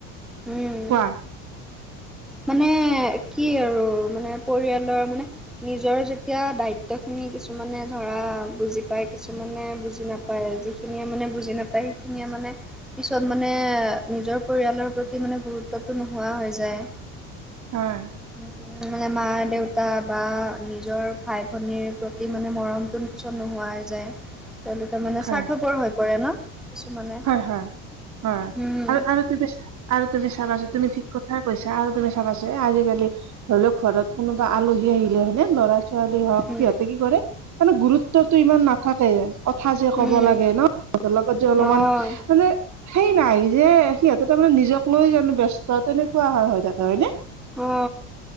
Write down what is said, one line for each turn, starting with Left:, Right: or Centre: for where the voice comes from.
Centre: হম
Right: কোৱা
Centre: মানে কি আৰু মানে পৰিয়ালৰ মানে নিজৰ যেতিয়া দায়িত্ব খিনি কিছুমানে ধৰা বুজি প্ৰায় কিছুমানে বুজি নাপায় যিখিনিয়ে মানে বুজি নাপায় সেইখিনিয়ে মানে পিছত মানে নিজৰ পৰিয়ালৰ প্ৰতি মানে গুৰুত্বটো নোহোৱা হৈ যায়।
Right: হয়
Centre: উম উ মানে মা -দেউতা বা নিজৰ ভাই -ভনীৰ প্ৰতি মানে মৰমটো নিশ্চয় নোহোৱাই যাই তেওঁলোকে মানে
Right: হয়,
Centre: স্বাৰ্থকৰ হৈ পৰে ন কিছুমানে
Right: হয় হয় হয়
Centre: উম,
Right: আৰু আৰু তুমি আৰু তুমি চাবাছো তুমি ঠিক কথা কৈছা আৰু তুমি চাবাছোন এ আজিকালি ধৰি লওক ঘৰত কোনোবা আলহী আহিলে হয়নে ল'ৰা ছোৱালী হওক
Centre: উম,
Right: সিহঁতে কি কৰে মানে গুৰুত্বটো ইমান নাথাকে কথা যে ক'ব
Centre: উম
Right: লাগে ন লগৰ লগত যে অলপমান
Centre: অ',
Right: মানে সেই নাই যে সিহঁতে তাৰ মানে নিজক লৈ জানো ব্যস্ত তেনেকুৱা আহাৰ হৈ থাকে হয়নে
Centre: অ